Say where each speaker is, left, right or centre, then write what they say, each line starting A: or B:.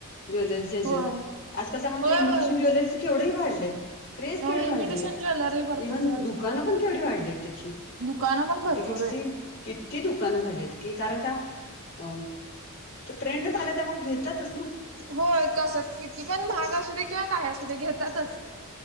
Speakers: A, on the left; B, on the right.
A: ज्वेलरी हेज
B: होय
A: आजकाल
B: होय
A: तर, इमिटेशन
B: होय
A: ज्वेलरीच केवढ हे वाढलय. क्रेज
B: होय
A: केवढी वाढलीय,
B: इमिटेशन ज्वेलरी भरपूर
A: इव्हन
B: झाले
A: दुकानं पण केवढी वाढली आहेत त्याची. म्हणजे
B: दुकानं पण भरपूर
A: किती
B: आहेत
A: - किती दुक दुकानं झालीयेत कारण का, अ ट्रेंडच आला तर मग घेतातच ना.
B: होय कसं किती, पण महाग असू दे किंवा काही असू दे घेतातच.